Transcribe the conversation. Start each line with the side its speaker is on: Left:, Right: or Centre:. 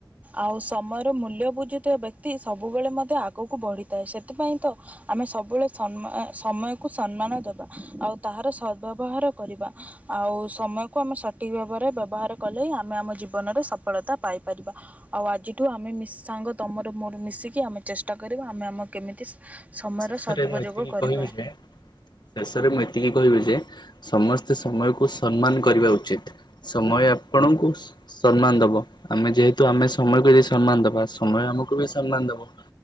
Right: ଆଉ ସମୟର ମୂଲ୍ୟ ବୁଝୁଥିବା ବ୍ୟକ୍ତି ସବୁବେଳେ ମଧ୍ୟ ଆଗକୁ ବଢିଥାଏ ସେଥିପାଇଁ ତ ଆମେ ସବୁବେଳେ ସମୟକୁ ସମ୍ମାନ ଦବା ଆଉ ତାହାର ସଦ୍ବବ୍ୟବହାର କରିବା। ଆଉ ସମୟକୁ ଆମେ ସଠିକ୍‌ ଭାବରେ ବ୍ୟବହାର କଲେ ଆମେ ଆମ ଜୀବନରେ ସଫଳତା ପାଇପାରିବା। ଆଉ ଆଜିଠୁ ଆମେ ସାଙ୍ଗ ତମର ମୋର ମିଶିକି ଆମେ ଚେଷ୍ଟା କରିବା ଆମେ ଆମ କେମିତି ସମୟର
Left: ଶେଷରେ
Right: ସଦୁପଯୋଗ
Left: ମୁଁ ଏତିକି
Right: କରିବା।
Left: କହିବି ଯେ ଶେଷରେ ମୁଁ ଏତିକି କହିବି ଯେ ସମସ୍ତେ ସମୟକୁ ସମ୍ମାନ କରିବା ଉଚିତ୍ ସମୟ ଆପଣଙ୍କୁ ସମ୍ମାନ ଦବ ଆମେ ଯେହେତୁ ଆମେ ସମୟକୁ ଯଦି ସମ୍ମାନ ଦବା ସମୟ ଆମକୁ ବି ସମ୍ମାନ ଦବ।